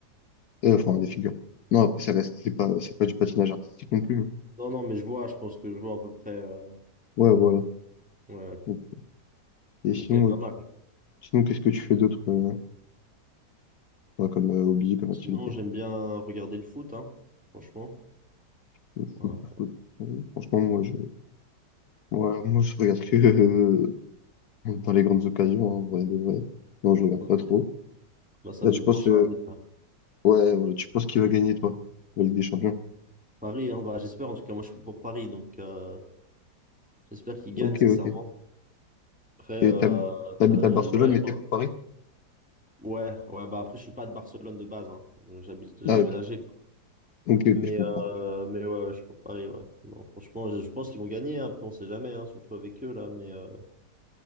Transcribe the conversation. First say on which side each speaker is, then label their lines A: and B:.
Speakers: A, on the left; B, in the centre.
A: Euh, enfin, des figures. Non, après, ça reste, c'est pas, c'est pas du patinage artistique non plus. mais-
B: Non, non, mais je vois, je pense que je vois à peu près. euh,
A: Ouais, voilà.
B: Ouais,
A: Donc, euh, et sinon,
B: ok, pas
A: euh,
B: mal.
A: sinon, qu'est-ce que tu fais d'autre euh, ouais, comme euh, hobby, comme
B: Sinon,
A: activité?
B: j'aime bien regarder le foot, hein, franchement.
A: Le foot,
B: Ouais,
A: le foot. Euh, Franchement, moi, je, moi, moi, je regarde que euh, dans les grandes occasions, hein, en vrai de vrai. Non, je regarde
B: ok.
A: pas trop.
B: Bah, samedi
A: Là, tu penses,
B: prochain,
A: euh,
B: déjà.
A: ouais, voilà, tu penses qui va gagner, toi, la Ligue des Champions?
B: Paris, hein, bah, j'espère, en tout cas, moi, je suis pour Paris, donc euh, j'espère qu'ils gagnent,
A: Ok,
B: sincèrement.
A: ok.
B: Après,
A: Et
B: euh,
A: t'hab- T'habites
B: euh,
A: à Barcelone,
B: ouais,
A: mais
B: je pense.
A: t'es pour Paris?
B: Ouais, ouais, bah après, je suis pas de Barcelone de base, hein. Euh, J'habite, j'ai
A: Ah,
B: déménagé.
A: ok. Ok, ok,
B: Mais,
A: je comprends.
B: euh, mais ouais, ouais, je suis pour Paris, ouais. Non, franchement, je, je pense qu'ils vont gagner, hein. Après, on sait jamais, hein, surtout avec eux, là, mais euh,